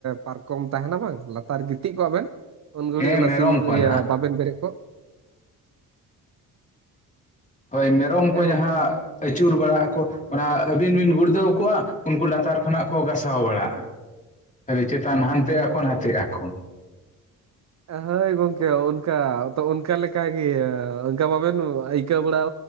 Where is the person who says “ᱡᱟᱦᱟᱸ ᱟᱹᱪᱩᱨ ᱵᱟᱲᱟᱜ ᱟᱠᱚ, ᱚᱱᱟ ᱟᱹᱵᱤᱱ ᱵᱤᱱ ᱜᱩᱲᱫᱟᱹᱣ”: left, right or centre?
Left